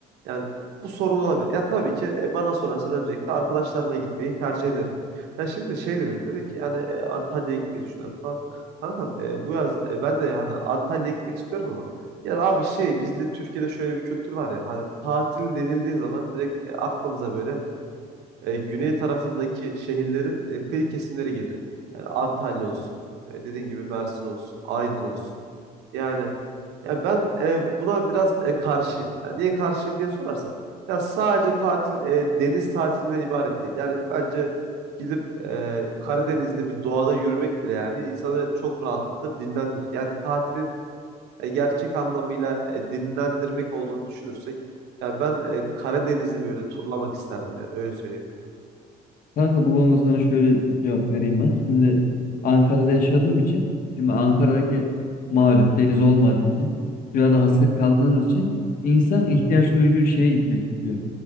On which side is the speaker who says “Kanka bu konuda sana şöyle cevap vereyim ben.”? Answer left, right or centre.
Left